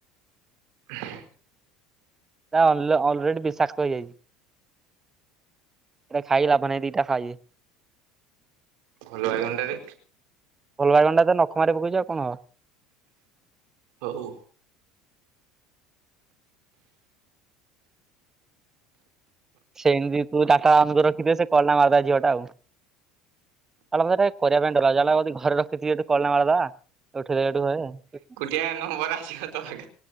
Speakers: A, on the right; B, on the right.
A: ହଁ।
B: ତା ଅଲ୍ ଅଲରେଡି ବିଷାକ୍ତ ହେଇଯାଇଛି। ଏଇଟା ଖାଇ ଲାଭ ନାଇ ଦିଟା ଖାଇ <unintelligible>
A: ଭଲ ବାଇଗଣଟାରେ
B: ଫଲବାଗଣ୍ଡା ତ ନଖମାରେ ପକେଇଛି ଆଉ କଣ ହବ?
A: ହଉ।
B: ସେମିତି ତୁ ଡାଟା ଓନ୍ କରିରଖି ଥିବୁ ସେ <unintelligible> କିଲ ମାରଦବ ଝିଅ ଟା ଆଉ <unintelligible> ତା ମେ ଟେ କରିବା ପାଇଁଡାି ଘରେ ରଖିଠି କ ମଠିଠୁ ହୁଏ <unintelligible>
A: ଏ ନମ୍ବର ଆସିବ ତମେ